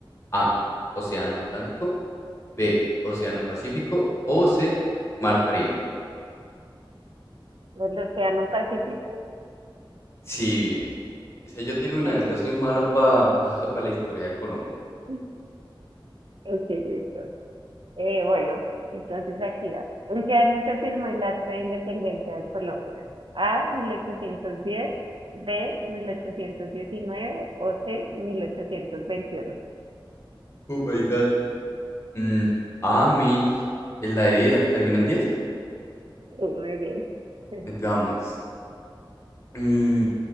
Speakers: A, on the left (about 30°); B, on the right (about 65°).
A: A. Océano Atlántico. B. Océano Pacífico. O C. Mar Caribe.
B: ¿El Océano Pacífico?
A: Sí, bien. O sea, yo te digo una
B: Así.
A: vez, yo soy malo para <laughs> pa, pa la historia de Colombia.
B: <laughs> Ok, listo. Eh, bueno, entonces aquí da. ¿En qué año se firmó el Acta de Independencia de Colombia? A, 1810, B, 1819 o C, 1821.
A: Oh my god. Mm, A. 1000. ¿Es la de 10, la que termina en 10?
B: Sí, Muy bien. <laughs>
A: Vamos. Mm,